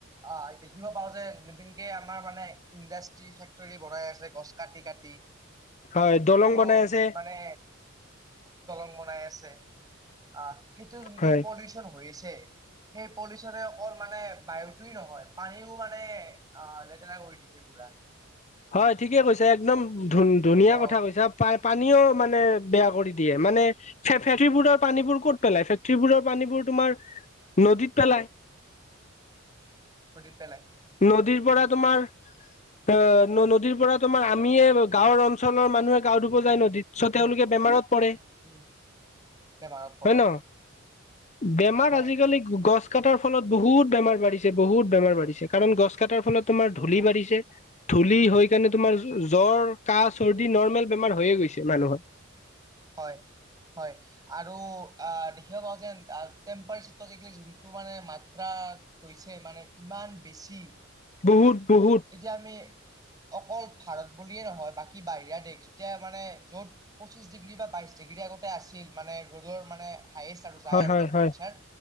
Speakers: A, on the right; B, on the left.
A: অ দেখিব পাও যে নতুনকে আমাৰ মানে ইণ্ডাষ্ট্ৰি ফেক্টৰী বনাই আছে। গছ কাটি কাটি
B: হয় দলং
A: চ'
B: বনাই আছে
A: মানে দলং বনাই আছে আহ সেইটো যোনটো
B: হয়
A: পলিউচন হৈ আছে। সেই পলি অকল মানে বায়ুটোৱেও নহয়। পানীও মানে আহ লেতেৰা কৰি দিছে পুৰা।
B: হয় ঠিকে কৈছে একদম ধুন ধুনীয়া
A: আহ
B: কথা কৈছা পাই। পানীও মানে বেয়া কৰি দিয়ে মানে ফে ফেটিবোৰৰ পানীবোৰ ক'ত পেলাই ফেক্টৰী বোৰৰ পানীবোৰ। তোমাৰ নদীত পেলাই
A: নদিত পেলাই
B: নদীৰ তোমাৰ অ নদীৰ পৰা তোমাৰ আমিয়ে গাঁৱৰ অঞ্চলৰ মানুহে গাৱ ধুব যায় নদী দৃশ্য তেওঁলোকে
A: উম
B: বেমাৰত পৰে
A: উম উম বেমাৰত পৰে
B: হয় ন বেমাৰ
A: হয়
B: আজিকালি গছ কটাৰ ফলত বহুত বেমাৰ বাঢ়িছে বহুত বেমাৰ বাঢ়িছে কাৰণ গছ কটাৰ ফলত তোমাৰ
A: বহুত
B: ধূলি বাঢ়িছে ধূলি হৈ কাৰণে তোমাৰ
A: উম
B: জ্বৰ কাহ চৰ্দি নৰ্মেল বেমাৰ হৈয়ে গৈছে মানুহৰ
A: হয় হয় আৰু দেখিব পাও যে <unintelligible> যোনটো মানে মাত্ৰা মানে ইমান বেছি
B: বহুত বহুত
A: এতিয়া আমি অকল ভাৰত বুলিয়ে নহয় বাকী বাহিৰা দেশ যেতিয়া মানে য'ত পঁচিশ ডিগ্ৰী বা বাইশ ডিগ্ৰী আগতে আছিল মানে ৰ'দৰ মানে হায়েষ্ট আৰু যায়
B: হয়
A: আৰু
B: হয়
A: টেম্পচাৰ
B: হয়